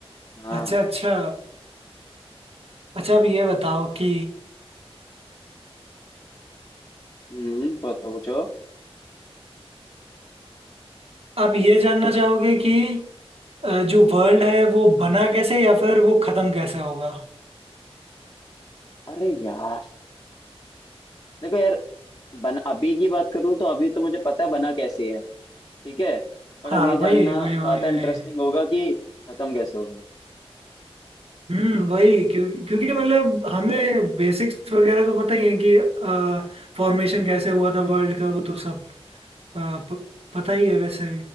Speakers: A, on the left; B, on the right.
A: हाँ
B: अच्छा अच्छा अच्छा अब ये बताओ कि
A: हम्म पूछो पूछो
B: आप ये जानना चाहोगे कि अ, जो वर्ल्ड है वो बना कैसे या फिर वो खत्म कैसे होगा
A: अरे यार देखो यार बन अभी की बात करूँ तो अभी तो मुझे पता है बना कैसे है ठीक है पर
B: हाँ
A: अब ये जानना
B: वही वही वही
A: ज्यादा
B: वही
A: इंटरेस्टिंग होगा कि खत्म कैसे होगी
B: हम्म वही क्यों क्योंकि मतलब हमें बेसिक्स वगैरह तो पता ही है कि फॉर्मेशन कैसे हुआ था वर्ल्ड का वो तो सब अ, प, पता ही है वैसे